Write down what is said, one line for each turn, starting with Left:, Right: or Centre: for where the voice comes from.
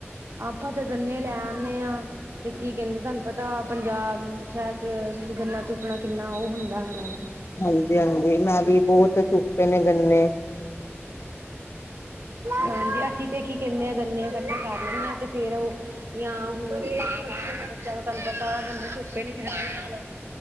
Right: ਆਪਾਂ ਤੇ ਗੰਨੇ ਲੈ ਆਦੇ ਹਾਂ, ਤੇ ਕੀ ਕਹਿੰਦੇ ਤੁਹਾਨੂੰ ਪਤਾ ਪੰਜਾਬ ਸ਼ਹਿਰ 'ਚ ਗੰਨਾ ਚੁਪਣਾ ਕਿੰਨਾ ਉਹ ਹੁੰਦਾ ਹੈਗਾ।
Left: ਹਾਂਜੀ ਹਾਂਜੀ, ਮੈਂ ਵੀ ਬਹੁਤ ਚੁਪੇ ਨੇ ਗੰਨੇ।
Right: ਹਾਂਜੀ, ਅਸੀਂ ਤੇ ਕੀ ਕਹਿੰਦੇ ਆ ਗੰਨੇ ਇਕੱਠਾ ਕਰ ਲੈਣੇ ਹਾਂ ਤੇ ਫੇਰ ਉਹ ਜਾਂ ਹੁਣ ਛੋਟੇ ਛੋਟੇ ਬੱਚਾ ਤਹਾਨੂੰ ਪਤਾ ਹੈ। ਇਹ ਨਹੀਂ ਜਾਣ ਦਿੰਦ